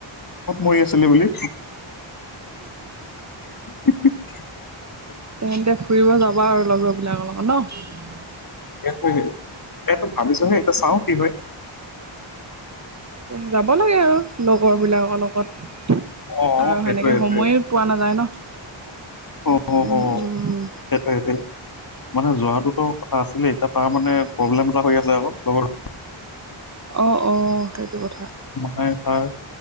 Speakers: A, on the left; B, on the right.
A: মৰি আছিলে বুলি <unintelligible>
B: তেন্তে ফুৰিব যাবা আৰু লগৰ বিলাকৰ লগত ন
A: সেইটো এইটো ভাবিছোহে এইটো চাওঁ কি হয়
B: যাব লাগে আৰু লগৰ বিলাকৰ লগত
A: অ
B: আৰু
A: সেইটোৱে
B: সেনেকে
A: সেইটোৱে
B: সময় পোৱা নাযায় ন
A: অ সেইটো
B: উম উম
A: সেইটোৱে মানে যোৱাটোত কথা আছিলেই এতিয়া তাৰ মানে প্ৰব্লেম এটা হৈ আছে লগৰ
B: অ অ সেইটো কথা
A: মানেফাৰ